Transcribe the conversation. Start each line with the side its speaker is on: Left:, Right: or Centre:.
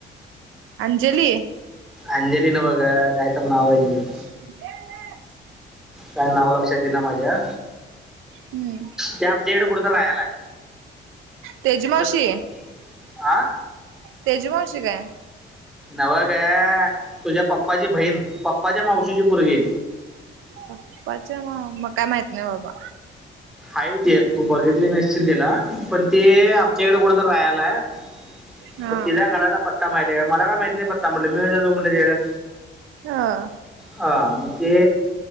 Right: अंजली.
Centre: अंजलीनवग कायतर नावा आहेऊ.
Right: <inaudible>
Centre: काय नाव लक्षात येईना माझ्या.
Right: हम्म.
Centre: ते आमच्या इकडे कुठं तर राहायला आहे.
Right: तेजमावशी
Centre: मग आ
Right: तेजमावशी काय?
Centre: नव ग तुझ्या पप्पाची बहीण पप्पाच्या मावशीची पोरगी.
Right: पप्पा म काय माहित नाही बाबा.
Centre: आहे ते तू बघितले निश्चित तिला पण ते आमच्या इकडे कुठ तर राहायलाय.
Right: हा
Centre: मग तिझ्या घराचा पत्ता माहिती आहे का मला काय माहिती नाही पत्ता म्हटलं मी कशाला जाऊ म्हटलं तिच्याघरात
Right: ह.
Centre: ह मग ते